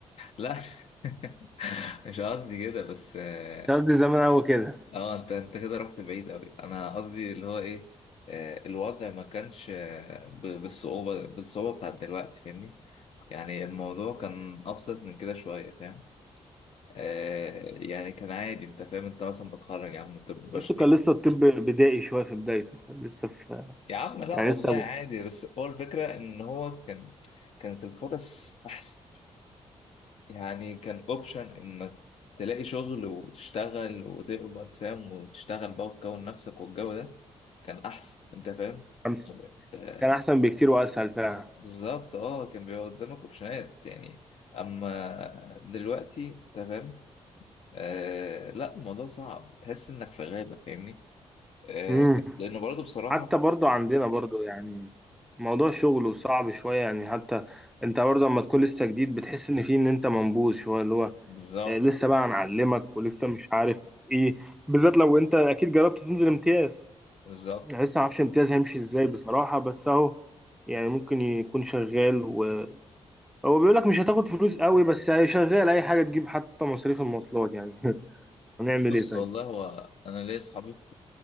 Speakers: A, on the left; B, in the centre.
A: لا <laughs> مش قصدي كده بس اه
B: الكلام ده زمان قوي كده
A: آه، انت انت كده رحت بعيد قوي انا قصدي اللي هو ايه آه، الوضع ما كانش آه، ب- بالصعوبة بالصعوبة بتاعت دلوقتي فاهمني يعني الموضوع كان أبسط من كده شوية فاهم آه يعني كان عادي انت فاهم انت مثلا متخرج يا عم من طب بشري
B: بس كان لسه
A: أو-
B: الطب بدائي شويه في بدايته كان لسه في
A: يا عم لا
B: يعني
A: والله
B: لسه
A: عادي بس هو الفكرة ان هو كان كانت الفرص احسن يعني كان اوبشن انك تلاقي شغل وتشتغل وتقبض فاهم وتشتغل بقى وتكون نفسك والجو ده كان احسن انت فاهم
B: خمس
A: آه
B: كان احسن بكتير واسهل فعلا
A: بالظبط اه كان بيبقى قدامك اوبشنات يعني اما دلوقتي انت فاهم آه لا الموضوع صعب تحس انك في غابة فاهمني آه،
B: مم.
A: لأنه برضه بصراحة
B: حتى برضو عندنا برضو يعني موضوع شغله صعب شوية يعني حتى انت برضو لما تكون لسه جديد بتحس ان فيه ان انت منبوذ شوية اللي هو
A: بالظبط
B: آه، لسه بقى هنعلمك ولسه مش عارف ايه بالذات لو انت اكيد جربت تنزل امتياز
A: بالظبط
B: يعني لسه معرفش امتياز هيمشي ازاي بصراحة بس اهو يعني ممكن يكون شغال وهو بيقول لك مش هتاخد فلوس قوي بس هي شغال اي حاجة تجيب حتى مصاريف المواصلات يعني <laughs> هنعمل
A: بص
B: ايه طيب
A: والله هو انا ليا اصحابي في